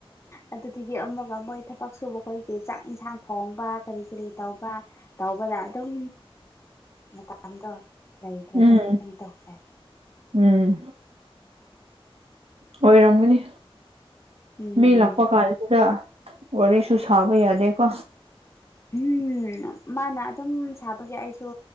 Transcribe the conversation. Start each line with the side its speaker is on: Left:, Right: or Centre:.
Left: ꯑꯗꯨꯗꯒꯤ ꯑꯃꯒ ꯃꯣꯏ ꯊꯕꯛ ꯁꯨꯕ ꯈꯣꯏꯒꯤ ꯆꯥꯛ ꯏꯟꯁꯥꯡ ꯊꯣꯡꯕ ꯀꯔꯤ ꯀꯔꯤ ꯇꯧꯕ ꯇꯧꯕꯗ ꯑꯗꯨꯝ ꯃꯇꯝꯗꯣ ꯂꯩꯇ꯭ꯔꯕꯒꯤ
Right: ꯎꯝ
Left: ꯑꯗꯨꯝ ꯇꯣꯛꯈ꯭ꯔꯦ
Right: ꯎꯝ ꯑꯣꯏꯔꯝꯒꯅꯤ
Left: ꯎꯝ
Right: ꯃꯤ ꯂꯥꯛꯄ ꯀꯥꯟꯗ ꯋꯥꯔꯤꯁꯨ ꯁꯥꯕ ꯌꯥꯗꯦꯀꯣ
Left: ꯎꯝ ꯃꯥꯅ ꯑꯗꯨꯝ ꯁꯥꯕꯒꯤ ꯑꯩꯁꯨ